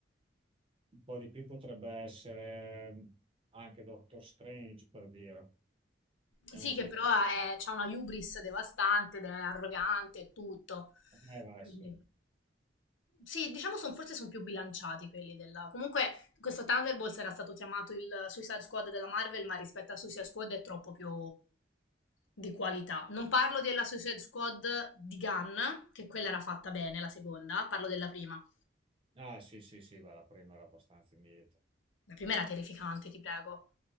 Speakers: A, on the right (about 30°); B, on the left (about 85°).
A: po' di più potrebbe essere anche Doctor Strange, per dire. È
B: Sì,
A: uno
B: che
A: che
B: però
A: fa...
B: è- c'ha una hubris devastante ed è arrogante e tutto.
A: Eh, vai,
B: Quindi.
A: sì.
B: Sì, diciamo son forse son più bilanciati quelli della comunque questo Thunderbolts era stato chiamato il Suicide Squad della Marvel, ma rispetto a Suicide Squad è troppo più di qualità. Non parlo della Suicide Squad di Gunn, che quella era fatta bene, la seconda, parlo della prima.
A: Ah, sì, sì, sì, beh, la prima era abbastanza indietro.
B: La prima era terrificante, ti prego.